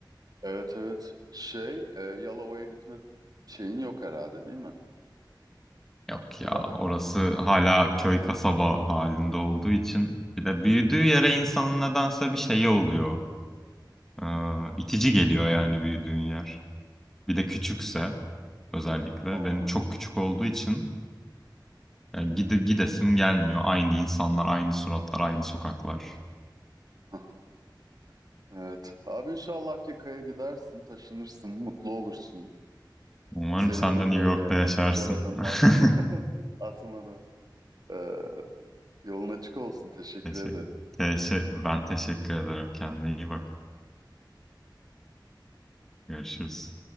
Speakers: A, on the right; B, in the centre.
A: Evet evet. Şey, e, Yalova'ya gitme şeyin yok herhalde değil mi?
B: <laughs> Yok ya
A: Bir daha.
B: orası hala köy kasaba halinde olduğu için. Bir de büyüdüğü yere insanın nedense bir şeyi oluyor. Ee, itici geliyor yani büyüdüğün yer. Bir de küçükse özellikle
A: Anladım.
B: benim çok küçük olduğu için yani gide, gidesim gelmiyor. Aynı insanlar, aynı suratlar, aynı sokaklar.
A: <laughs> Evet. Abi inşallah Akkaya'ya gidersin, taşınırsın, mutlu olursun.
B: Umarım
A: Sevindim
B: sen de New
A: böyle
B: York'ta yaşarsın.
A: güzel adımlar
B: <laughs>
A: <laughs> atmanı. E, yolun açık olsun. Teşekkür
B: Teşekkür.
A: ederim.
B: Teşekkür. Ben teşekkür ederim. Kendine iyi bak. Görüşürüz.